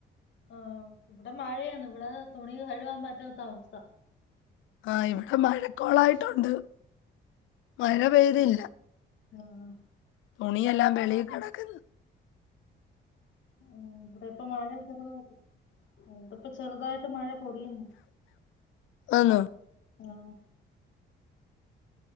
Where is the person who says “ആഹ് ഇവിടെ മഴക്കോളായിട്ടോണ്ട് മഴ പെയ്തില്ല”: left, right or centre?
Left